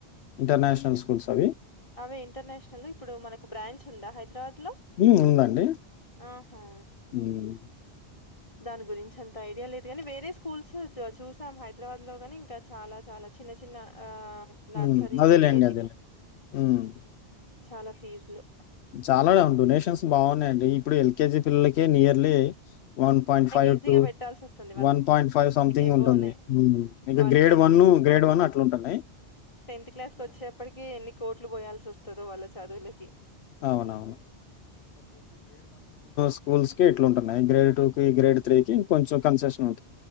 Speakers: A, on the left (about 75°); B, on the left (about 30°).
A: ఇంటర్నేషనల్ స్కూల్స్ అవి
B: అవే ఇంటర్నేషనల్ ఇప్పుడు మనకు బ్రాంచ్ ఉందా హైదరాబాద్ లో
A: హ్మ్. ఉందండి.
B: ఆహా
A: హ్మ్.
B: దాని గురించి అంత ఐడియా లేదు కానీ వేరే స్కూల్స్ చ చూసాం హైదరాబాద్ లో గని ఇంకా చాలా చాలా చిన్న చిన్న ఆ Nursery
A: హ్మ్. అదేలెండి.
B: L. కే. జీ
A: అదేలెండి. హ్మ్.
B: చాలా ఫీజులు
A: చాలా డొనేషన్స్ బాగున్నాయండి ఇప్పుడు ఎల్. కే. జీ పిల్లలకే nearly one point five
B: ఈజీగా
A: two
B: పెట్టాల్సొస్తుంది.
A: వన్ పాయింట్ ఫైవ్ సమ్‌థింగ్
B: ఎబోనే
A: ఉంటుంది మ్ ఇంకా
B: వాళ్ళు
A: గ్రేడ్ వన్ గ్రేడ్ వన్ అట్లా ఉంటున్నాయి
B: టెన్త్ క్లాస్ కి వచ్చేప్పటికి ఎన్ని కోట్లు పోయాల్సి వస్తాదో వాళ్ళ చదువులకి
A: అవునవును. స్కూల్స్కి కి ఇట్లు ఉంటునయే గ్రేడ్ టూ కి గ్రేడ్ త్రీ కి కొంచెం కన్సేషన్ ఉం